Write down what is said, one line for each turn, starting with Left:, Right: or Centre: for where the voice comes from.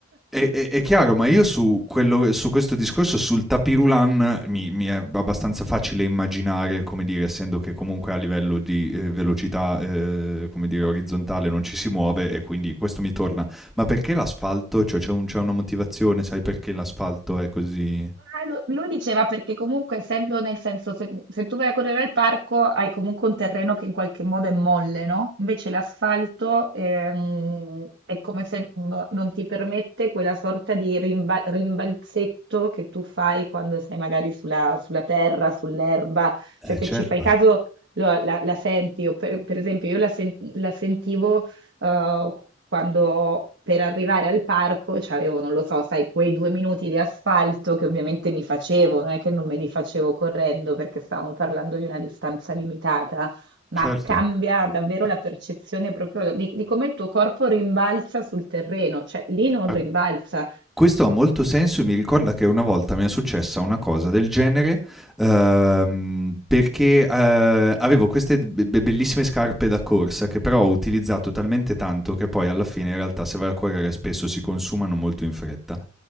Centre: È, è- è chiaro, ma io su, quello, su questo discorso, sul tapirulan, mi, mi è abbastanza facile immaginare, come dire, essendo che comunque a livello di eh, velocità, eh, come dire, orizzontale non ci si muove e quindi questo mi torna. Ma perché l'asfalto? Cioè c'è un- c'è una motivazione, sai perché l'asfalto è così?
Right: Ah, lo- lui diceva perché comunque essendo nel senso se, se tu vai a correre al parco hai comunque un terreno che in qualche modo è molle, no? Invece l'asfalto ehm, è come se no- non ti permette quella sorta di rimba- rimbalzetto che tu fai quando sei magari sulla, sulla terra, sull'erba, cioè
Centre: Eh
Right: se
Centre: certo.
Right: ci fai caso lo- la, la senti, o per, per esempio io la, sen- la sentivo eh, quando per arrivare al parco c'avevo, non lo so, sai, quei due minuti di asfalto che ovviamente mi facevo, non è che non me li facevo correndo perché stavamo parlando di una distanza limitata, ma
Centre: Certo.
Right: cambia davvero la percezione proprio di, di come il tuo corpo rimbalza sul terreno, cioè lì non
Centre: A-
Right: rimbalza.
Centre: Questo ha molto senso e mi ricorda che una volta mi è successa una cosa del genere, uhm, perché, uhm, avevo queste be be bellissime scarpe da corsa che però ho utilizzato talmente tanto che poi alla fine in realtà se vai a correre spesso si consumano molto in fretta.